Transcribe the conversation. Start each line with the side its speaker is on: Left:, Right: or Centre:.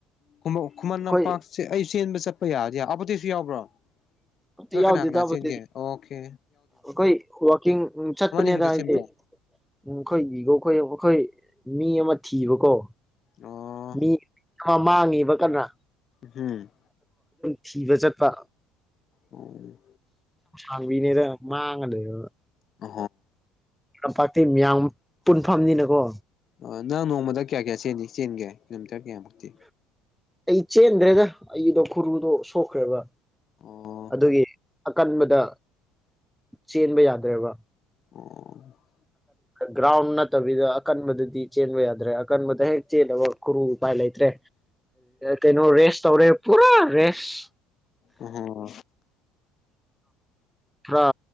Left: ꯈꯨꯃꯣ ꯈꯨꯃꯟ
Centre: ꯑꯩꯈꯣꯏ
Left: ꯂꯝꯄꯥꯛꯁꯦ ꯑꯩ ꯆꯦꯟꯕ ꯆꯠ ꯄ ꯌꯥꯗꯦ ꯑꯕꯗꯤꯁꯨ ꯌꯥꯎꯕ꯭ꯔꯣ
Centre: ꯑꯝꯇ
Left: ꯅꯣꯏ
Centre: ꯌꯥꯎꯗꯦꯗ
Left: ꯀꯅꯥ ꯀꯅꯥ
Centre: ꯑꯃꯠꯇꯗꯤ
Left: ꯆꯦꯟꯒꯦ ꯑꯣꯈꯦ
Centre: ꯑꯩꯈꯣꯏ ꯋꯥꯛꯀꯤꯡ ꯆꯠꯄꯅꯦꯗ
Left: ꯈꯛꯇ
Centre: ꯍꯥꯏꯗꯤ
Left: ꯆꯦꯟꯕ꯭ꯔꯣ
Centre: ꯎ ꯑꯩꯈꯣꯏꯒꯤꯒꯣ ꯑꯩꯈꯣꯏ ꯑꯩꯈꯣꯏ ꯃꯤ ꯑꯃ ꯊꯤꯕꯀꯣ
Left: ꯑꯣ
Centre: ꯃꯤ ꯈ ꯃꯥꯡꯉꯦꯕ ꯀꯅꯥ
Left: ꯎꯝ
Centre: ꯊꯤꯕ ꯆꯠꯄ
Left: ꯎꯝ
Centre: ꯥꯡꯕꯤꯅꯦꯔ ꯃꯥꯥꯡꯉꯗ
Left: ꯑ
Centre: ꯂꯝꯄꯥꯛꯇ ꯃꯤꯌꯥꯝ ꯄꯨꯟꯐꯝꯅꯤꯅꯀꯣ
Left: ꯑꯣ ꯅꯪ ꯅꯣꯡꯃꯗ ꯀꯌꯥ ꯀꯌꯥ ꯆꯦꯟ ꯆꯦꯟꯒꯦ ꯇꯔꯒꯤ ꯌꯥꯝꯃꯛꯇꯤ
Centre: ꯑꯩ ꯆꯦꯟꯗ꯭ꯔꯦꯗ ꯑꯩꯗꯣ ꯈꯨꯔꯨꯗꯣ ꯁꯣꯛꯈ꯭ꯔꯦꯕ
Left: ꯑꯣ
Centre: ꯑꯗꯨꯒꯤ ꯑꯀꯟꯕꯗ ꯆꯦꯟꯕ ꯌꯥꯗ꯭ꯔꯕ
Left: ꯑ
Centre: ꯒ꯭ꯔꯥꯎꯟ ꯅꯠꯇꯕꯤꯗ ꯑꯀꯟꯕꯗꯗꯤ ꯆꯦꯟꯕ ꯌꯥꯗ꯭ꯔꯦ ꯑꯀꯟꯕꯗ ꯍꯦꯛ ꯆꯦꯜꯂꯕ ꯈꯨꯔꯨ ꯎꯄꯥꯏ ꯂꯩꯇ꯭ꯔꯦ ꯀꯩꯅꯣ ꯔꯦꯁ ꯇꯧꯔꯦ ꯄꯨꯔꯥ ꯔꯦꯁ
Left: ꯑꯣ
Centre: ꯄꯨꯔ